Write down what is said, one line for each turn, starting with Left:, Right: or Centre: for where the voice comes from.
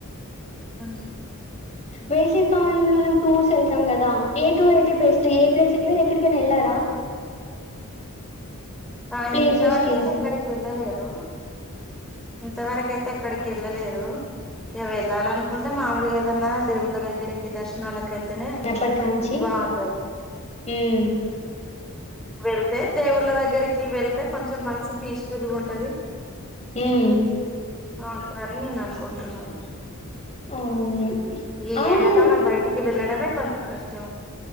Centre: అ
Left: వేషవిికాలంలో మనం టూర్స్ వెళ్తాం కదా ఏ టూర్ అయితే బెస్ట్ ఏ ప్లేస్ మీరు ఎక్కడికైనా వెళ్ళారా
Centre: ఆ
Left: ప్లేసెస్
Centre: ఇంతవరకయితే
Left: కి
Centre: ఎక్కడికి వెళ్ళలేదు ఇంత వరకైతే ఎక్కడికి వెళ్లలేదు ఇక వెళ్ళాలనుకుంటే మామలుగా ఏదన్నా దేవుళ్ళ దగ్గరికి దర్శనాలక అయితే తేనే
Left: చిన్నప్పటికాంచి
Centre: బావుంటది
Left: మ్మ్
Centre: వెళ్తే దేవుళ్ళ దగ్గర వెళ్తే కొంచెం మనసు పీస్ ఫుల్ గా ఉంటది
Left: మ్మ్
Centre: బావు అని నేను అనుకుంటున్నాను
Left: అవును
Centre: ఈ
Left: అవును
Centre: ఎండాకాలం బయటికి వెళ్ళడమే కొంత కష్టం